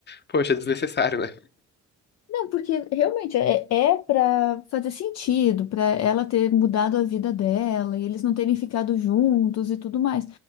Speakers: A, on the left (about 35°); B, on the left (about 60°).
A: poxa, é desnecessário, né?
B: Não, porque realmente é, é para fazer sentido, para ela ter mudado a vida dela e eles não terem ficado juntos e tudo mais.